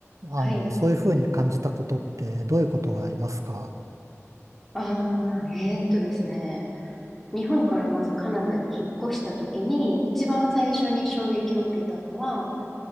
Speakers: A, on the right (about 85°); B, in the centre.
A: あの、
B: はい。
A: そういうふうに感じたことってどういうことがありますか
B: ああ、えーっとですね。日本からまずカナダに引っ越した時に、一番最初に衝撃を受けたのは、